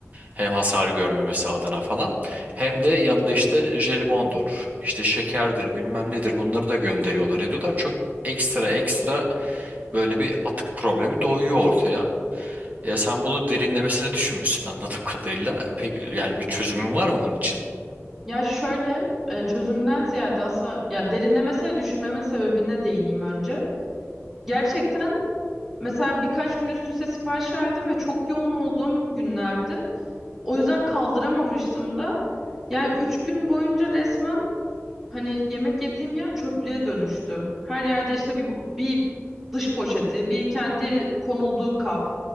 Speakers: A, on the right (about 35°); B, in the centre.
A: Hem hasar görmemesi adına falan. Hem de yanında işte jelibondur, işte şekerdir, bilmem nedir bunları da gönderiyorlar ediyorlar. Çok ekstra ekstra Böyle bir atık problemi doğuyor ortaya. Ya sen bunu derinlemesine düşünmüşsün anladığım kadarıyla. Peki yani bir çözümün var mı bunun için?
B: Ya şöyle e, çözümden ziyade aslında ya derinlemesine düşünmemin sebebine değineyim önce. Gerçekten mesela birkaç gün üst üste sipariş verdim ve çok yoğun olduğum günlerdi. O yüzden kaldıramamıştım da. Yani üç gün boyunca resmen Hani yemek yediğim yer çöplüğe dönüştü. Her yerde işte bir, bir dış poşeti, bir kendi konulduğu kap,